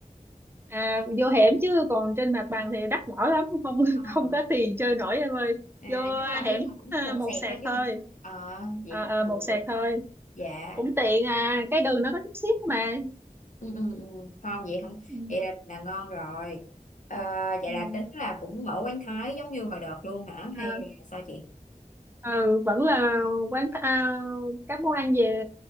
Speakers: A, on the right; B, on the left.
A: à, vô hẻm chứ còn trên mặt bằng thì đắt đỏ lắm không <laughs>
B: Ờ.
A: không có tiền chơi nổi em ơi
B: à
A: vô
B: nhưng mà
A: hẻm
B: ý là cũng
A: à,
B: một
A: một
B: sẹt
A: sạc
B: thôi chứ
A: thôi
B: hả ờ vậy
A: à,
B: cũng
A: à,
B: được
A: một sạc thôi
B: dạ
A: cũng tiện à cái đường nó có chút xíu mà
B: ừ, ừ, ừ. không vậy không
A: ừ,
B: vậy là, là ngon rồi Ờ, vậy
A: ừ,
B: là tính là cũng mở quán Thái giống như hồi đợt luôn hả hay
A: à,
B: là sao chị
A: ừ, vẫn là quán à, các món ăn về